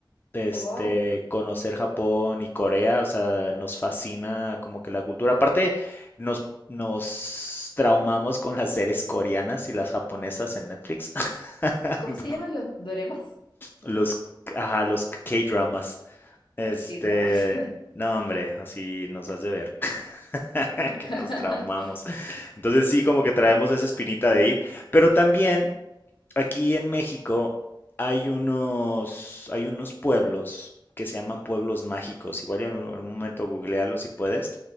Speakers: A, on the left (about 25°); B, on the left (about 70°).
A: este,
B: wow.
A: conocer Japón y Corea, o sea, nos fascina como que la cultura. Aparte, nos, nos traumamos con las series coreanas y las japonesas en Netflix. <laughs>
B: ¿Cómo se llaman los doremas?
A: Los, ajá, los K-dramas. Este,
B: Los K-dramas.
A: no, hombre, así nos hace ver. <laughs>
B: <laughs>
A: que nos traumamos. Entonces sí, como que traemos esa espinita de ir, pero también Aquí en México hay unos, hay unos pueblos que se llaman pueblos mágicos. Igual y en un- algún momento googlealo si puedes.